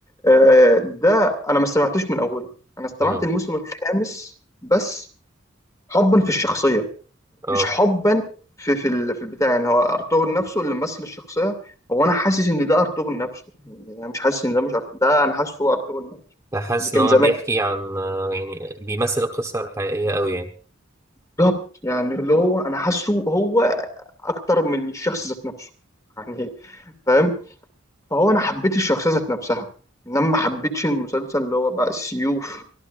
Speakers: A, on the left; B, on the right.
A: آه، ده انا ما استمعتوش من اوله انا استمعت
B: امم
A: الموسم الخامس بس حبا في الشخصيه
B: اه
A: مش حبا في في ال- في البتاع يعني هو ارطغرل نفسه اللي ممثل الشخصيه هو انا حاسس ان ده ارطغرل نفسه يعني انا مش حاسس ان ده مش أرطغرل. ده انا حاسه هو ارطغرل نفسه
B: فحاسس
A: اللي كان
B: ان هو
A: زمان
B: بيحكي عن آه، يعني بيمثل القصة الحقيقية قوي
A: بالظبط يعني اللي هو انا حاسه هو اكتر من الشخص ذات نفسه يعني فاهم فهو انا حبيت الشخصيه ذات نفسها انما ما حبيتش المسلسل اللي هو بقى السيوف